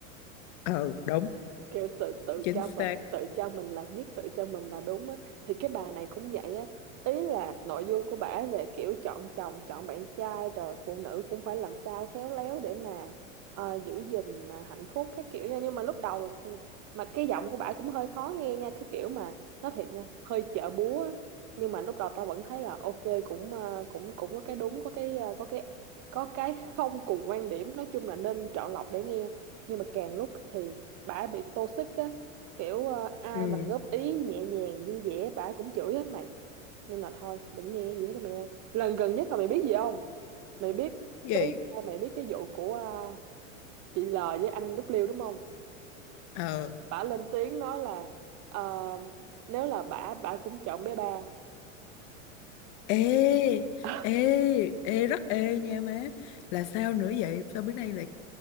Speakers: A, on the left (about 55°); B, on the right (about 45°).
A: ờ đúng
B: kiểu tự tự
A: chính
B: cho
A: xác
B: mình tự cho mình là nhất tự cho mình là đúng á thì cái bà này cũng vậy á ý là nội dung của bả về kiểu chọn chồng chọn bạn trai rồi phụ nữ cũng phải làm sao khéo léo để mà ờ, giữ gìn ờ, hạnh phúc các kiểu nha nhưng mà lúc đầu là- mà cái giọng của bả cũng hơi khó nghe nha cái kiểu mà nói thiệt nha hơi chợ búa á. nhưng mà lúc đầu tao vẫn thấy là ok cũng ờ, cũng cũng có cái đúng có cái ờ, có cái có cái không cùng quan điểm nói chung là nên chọn lọc để nghe nhưng mà càng lúc thì bả bị toxic á kiểu ờ, ai
A: ừ
B: mà góp ý nhẹ nhàng vui vẻ bả cũng chửi hết mày nên là thôi đừng nghe gì hết á mày ơi lần gần nhất là mày biết gì không mày biết
A: vậy
B: cái ờ, mày biết cái vụ của ờ, chị L với anh W đúng không
A: ờ
B: bả lên tiếng nói là ờ, nếu là bả bả cũng chọn bé ba
A: ê
B: <laughs>
A: ê ê rất ê nha má là sao nữa vậy sao bữa nay lại